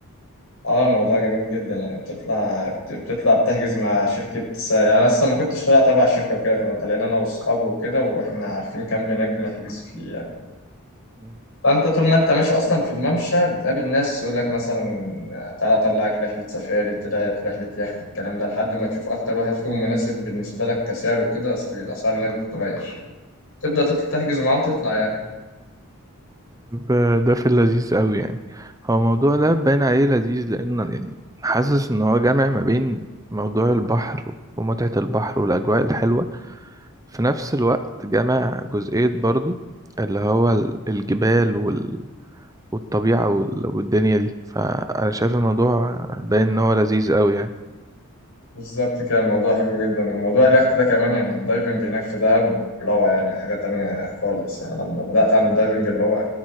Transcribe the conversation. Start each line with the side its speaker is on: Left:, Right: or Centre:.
Left: اه الموضوع جميل جدا يعني بتطلع بت- بتطلع بتحجز مع شركة س- يعني أنا أصلا ما كنتش طالع تبع الشركة وكده كنا طالعين أنا وأصحابي وكده وإحنا عارفين كامب هناك بنحجز فيه يعني
Right: قوي
Left: فأنت طول ما أنت ماشي أصلا في الممشى بتقابل ناس يقول لك مثلا تعالى أطلعك رحلة سفاري طلعت رحلة يخت الكلام ده لحد ما تشوف أكتر واحد فيهم مناسب بالنسبة لك كسعر وكده أصل الأسعار هناك بتتغير تبدأ تطل- تحجز معاه وتطلع يعني
Right: ب- ده في اللذيذ قوي يعني هو الموضوع ده باين عليه لذيذ لأنه يعني حاسس إن هو جامع ما بين موضوع البحر ومتعة البحر والأجواء الحلوة في نفس الوقت جامع جزئية برضو اللي هو ال- الجبال وال- والطبيعة وال- والدنيا دي فأنا شايف الموضوع باين إن هو لذيذ قوي يعني
Left: بالظبط كده الموضوع حلو جدا وموضوع اليخت ده كمان يعني الدايفنج هناك في دهب روعة يعني حاجة تانية خالص يعني لما بدأت أعمل دايفنج اللي هو